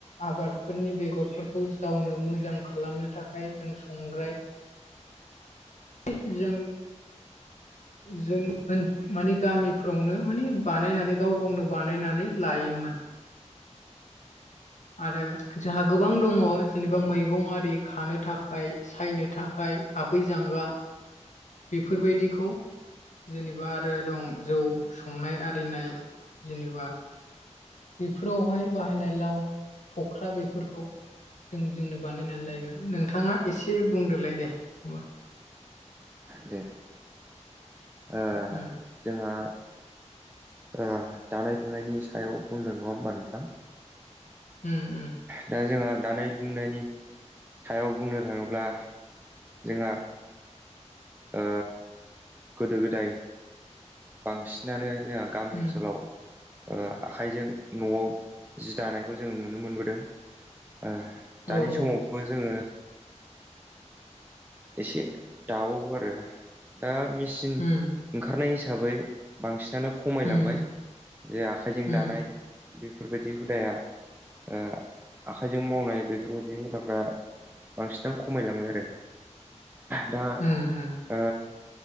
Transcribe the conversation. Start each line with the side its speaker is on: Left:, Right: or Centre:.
Left: आबादफोरनि बेगरफोरखौ जावनो मोजां खालामनो थाखाय जों संग्राय जों जों माने गामिफ्रावनो माने बानायनानै गाव गावनो बानायनानै लायोमोन। आरो जाहा गोबां दङ' जेनेबा मैगं आरि खानो थाखाय सायनो थाखाय आबै जांगा बेफोरबायदिखौ जेनेबा आरो दं जौ संनाय आरिनाय जेनेबा बेफोरावहाय बाहायनाय लाव खख्रा बेफोरखौ जों जोंनो बानायनानै लायोमोन नोंथाङा एसे बुंदोलाय दे होमबा।
Right: दे ओ
Left: उम
Right: जोंहा ओ दानाय-लुनायनि सायाव बुंदों नङा होमबा नोंथां?
Left: ओम ओम
Right: दा जोंहा दानाय लुनायनि सायाव बुंनो थाङोब्ला जोंहा ओ गोदो गोदाय बांसिनानो जोंहा गामि
Left: उम
Right: ओनसोलाव ओ आखाइजों न'आव जि दानायखौ जों नुनो मोनबोदों। ओ दानि
Left: औ
Right: समाव
Left: औ
Right: बो जोङो एसे दाबावो आरो दा मेसिन
Left: उम
Right: ओंखारनाय हिसाबै बांसिनानो खमायलांबाय
Left: उम
Right: जे आखाइजों
Left: उम
Right: दानाय बेफोरबायदि हुदाया ओ आखाइजों मावनाय बेफोरबायदि हुदाफ्रा बांसिनानो खमायलांबाय आरो। दा
Left: उम उम
Right: ओ